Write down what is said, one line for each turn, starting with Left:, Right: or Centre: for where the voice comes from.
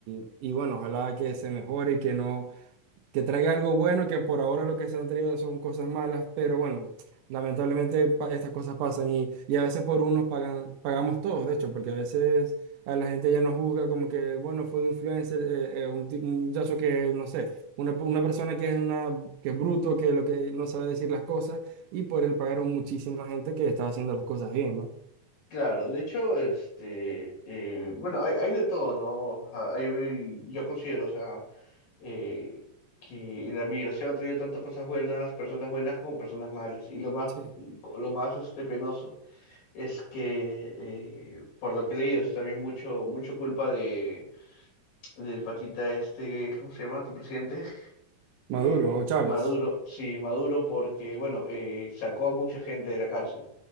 Right: y- y, bueno, ojalá que se mejore y que no, que traiga algo bueno, que por ahora lo que se han traído son cosas malas, pero bueno, lamentablemente pa- estas cosas pasan y, y a veces por unos pagan, pagamos todos, de hecho, porque a veces a la gente ya nos juzga como que, bueno, fue un influencer, eh, eh, un, ti- un muchacho que, no sé, una, una persona que es una, que es bruto, que lo que no sabe decir las cosas y por él pagaron muchísima gente que estaba haciendo las cosas bien, ¿no?
Left: Claro, de hecho, este, eh, bueno, hay, hay de todo, ¿no? O sea, hay- yo considero, o sea, eh, que en la migración ha traído tantas cosas buenas, personas buenas como personas malas. Y lo más,
Right: Sí.
Left: lo más, este, penoso es que, eh, por lo que he leído, es también mucho, mucho culpa de del patita este, ¿cómo se llama tu presidente?
Right: Maduro
Left: Eh,
Right: o Chávez.
Left: Maduro, sí, Maduro porque, bueno, eh, sacó a mucha gente de la cárcel,